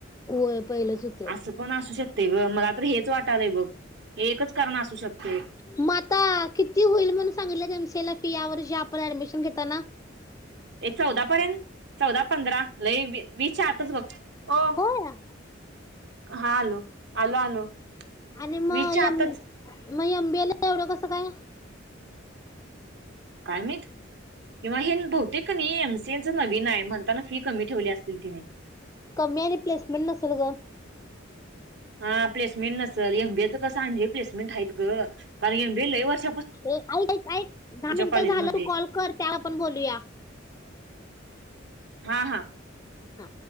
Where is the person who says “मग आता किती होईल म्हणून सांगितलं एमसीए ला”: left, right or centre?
Left